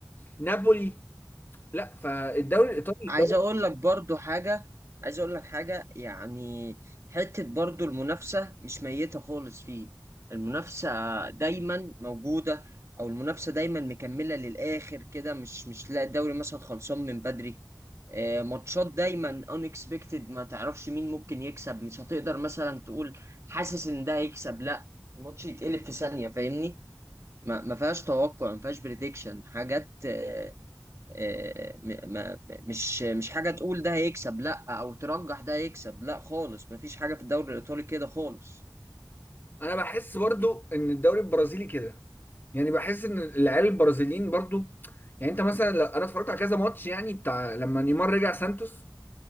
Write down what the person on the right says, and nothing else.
عايز
اقول لك برضو حاجة عايز اقول لك حاجة يعني حتة برضو المنافسة مش ميتة خالص فيه المنافسة دايما موجودة او المنافسة دايما مكملة للاخر كده مش مش لا الدوري مثلا خلصان من بدري آه، ماتشات دايما unexpected ما تعرفش مين ممكن يكسب مش هتقدر مثلا تقول حاسس ان ده هيكسب لا الماتش يتقلب في ثانية فاهمني ما ما فيهاش توقع ما فيهاش بريدكشن حاجات آه، آه، م- ما مش مش حاجة تقول ده هيكسب لا او ترجح ده هيكسب لا خالص مفيش حاجة في الدوري الايطالي كده خالص